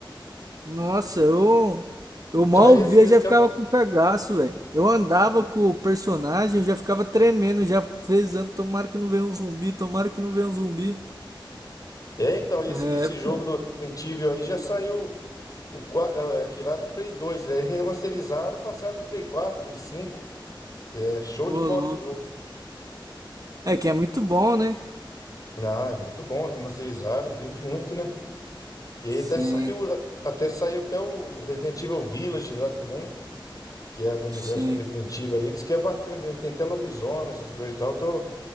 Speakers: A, on the right; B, on the left.
A: Nossa, eu, eu
B: Então
A: mal
B: é esse
A: via,
B: mesmo
A: já
B: que
A: ficava
B: é.
A: com cagaço, velho. Eu andava com o personagem, já ficava tremendo, já rezando, tomara que não venha um zumbi, tomara que não venha um zumbi.
B: É, então, esse,
A: É,
B: esse jogo
A: pô,
B: do Resident Evil aí já saiu o, qua- eh, aquele lá do Play dois Aí remasterizaram e passaram pro Play quatro Play cinco É show
A: ô
B: de bola
A: louco.
B: esse jogo.
A: É que é muito bom, né?
B: Ah, é muito bom, remasterizaram e vende muito, né? E aí
A: Sim,
B: até saiu, até saiu até o Resident Evil Village lá também, que é do universo
A: sim.
B: do Resident Evil ali, diz que é bacana também, tem até lobisomem, essas coisas e tal. Eu tô,